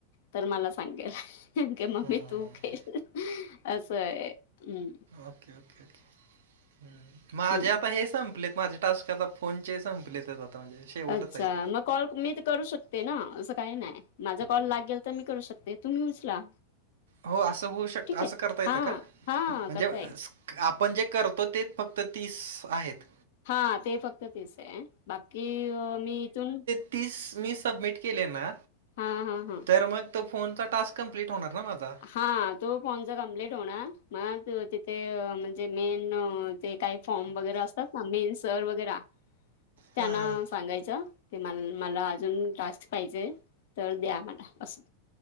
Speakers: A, on the left; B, on the right.
A: तर मला सांगेल. <unintelligible> क मम्मी,
B: हं, हं.
A: तू केलय असंय. हम्.
B: Okay, okay, okay. हं. माझे
A: हम्म
B: आता हे संपलेत माझे टास्क. आता फोनचे संपलेत, आता म्हणजे शेवटच
A: अच्छा,
B: आहेत.
A: मग कॉल मी त करू शकते ना? असं काय नाय. माझा कॉल लागेल त मी करू शकते. तुम्ही उचला.
B: हो, असं होऊ शकतं.
A: ठीक
B: असं
A: आहे
B: करता येतं
A: हा
B: का?
A: हा
B: म्हणजे
A: करता येईल
B: असं आपण जे करतो तेच फक्त तीस आहेत.
A: हा, ते फक्त तेचय. बाकी, मी इथून
B: तीस, मी सबमिट केले ना
A: हा, हा, हा.
B: तर मग तो फोनचा टास्क कंप्लीट होणार ना माझा?
A: हा, तो फोनचा कंप्लीट होणार. मग त तिथे अ म्हणजे मेन ते काय फॉर्म वगैरा असतात ना, मेन सर वगैरा, त्यांना
B: हां, हां.
A: सांगायच, की म मला अजून टास्क पाहिजे, तर द्या मला. असं.